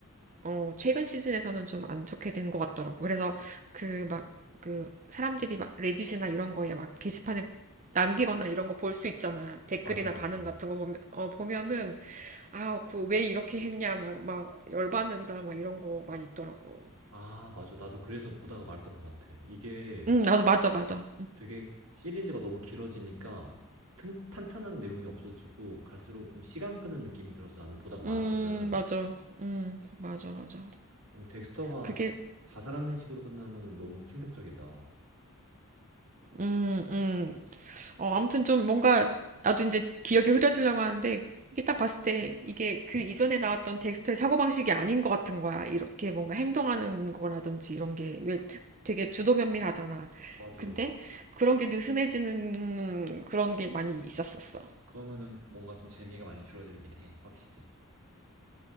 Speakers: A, on the right; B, on the right.
A: 어, 최근 시즌에서는 좀 안 좋게 된 것 같더라고. 그래서 그 막, 그 사람들이 막 레딧이나 이런 거에 막 게시판에 남기거나 이런 거 볼 수 있잖아. 댓글이나
B: 맞아, 맞아.
A: 반응 같은 거 보면, 어, 보면은, 아, 그 왜 이렇게 했냐, 막, 막 열받는다, 막 이런 거 많이 있더라고.
B: 아, 맞아. 나도 그래서 보다가 말았던 것 같아. 이게
A: 응, 나도 맞아, 맞아.
B: 되게 시리즈가 너무 길어지니까 튼, 탄탄한 내용이 없어지고 갈수록 좀 시간 끄는 느낌이 들어서 나는 보다가 말았거든.
A: 음, 맞아. 음, 맞아, 맞아.
B: 근데 덱스터가
A: 그게,
B: 자살하는 식으로 끝나는 거는 너무 충격적이다.
A: 음, 음. 어, 아무튼 좀 뭔가 나도 이제 기억이 흐려지려고 하는데 이게 딱 봤을 때 이게 그 이전에 나왔던 덱스터의 사고방식이 아닌 것 같은 거야. 이렇게 뭔가 행동하는 거라든지 이런 게 왜 되게 주도면밀하잖아.
B: 맞아.
A: 근데 그런 게 느슨해지는 그런 게 많이 있었었어.
B: 그러면은 뭔가 좀 재미가 많이 줄어들긴 해, 확실히.